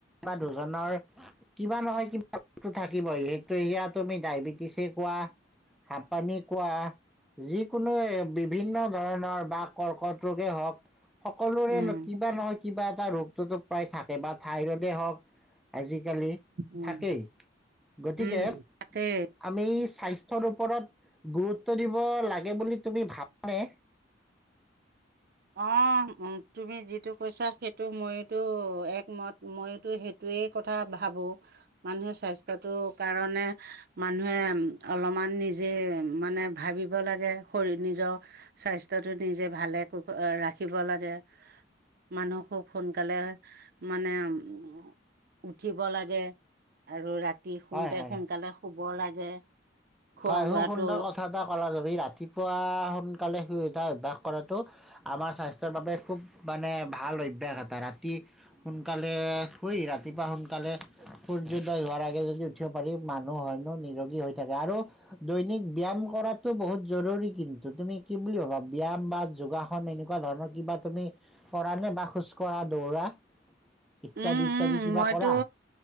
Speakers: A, in the centre; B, on the right (about 55°).
A: বা দুজনৰ কিবা নহয় কিবা বস্তু থাকিবই সেইটো এয়া তুমি ডায়বেটিচ। কোৱা হ পানী কোৱা যিকোনো। বিভিন্ন ধৰণৰ বা কৰ্কট ৰোগে হওঁক সকলোৰে
B: উম
A: কিবা নহয় কিবা এটা ৰোগটোতো প্ৰায় থাকে বা থাইৰইড দে হক আজিকালি
B: উম
A: থাকেই গতিকে
B: উম তাকেই
A: আমি স্বাস্থ্যৰ ওপৰত গুৰুত্ব দিব লাগে বুলি তুমি ভাবা নে।
B: অ তুমি যিটো কৈছা সেইটো মইতো একমত মইতো সেইটোৱেই কথা ভাবো মানুহে স্বাস্থ্যটো কাৰণে মানুহে অলপমান নিজে মানে ভাবিব লাগে শৰীৰ নিজৰ স্বাস্থ্যটো নিজে ভালে। ৰাখিব লাগে মানুহ খুব সোনকালে মানে উ উঠিব লাগে আৰু ৰা। শুওঁতে
A: হয় হয়
B: সোনকালে শুব। ব লাগে। খোৱা
A: হয়
B: লোৱাটো
A: খুব সুন্দৰ কথা এটা কলা যাব। ৰাতিপুৱা সোনকালে শুই উঠা অভ্যাস কৰাতটো আমাৰ স্বাস্থ্যৰ বাবে খুব মানে ভাল অভ্যাস এটা ৰাতি সোনকালে শুই ৰাতিপুৱা সোনকালে সূৰ্যোদয় হোৱাৰ আগে যদি উঠিব পাৰি মানুহ হয়নো নিৰোগী হৈ থাকে আৰু। দৈনিক ব্যয়ায়াম কৰাতটো বহুত জৰুৰী কিন্তু তুমি কি বুলি ভাবা ব্যায়াম বা যোগাসন এনেকুৱা ধৰণৰ কিবা তুমি কৰা নে বা খোজ কঢ়া দৌৰা। ইত্যাদি
B: উম, উম,
A: ইত্যাদি কিবা
B: মইতো
A: কৰা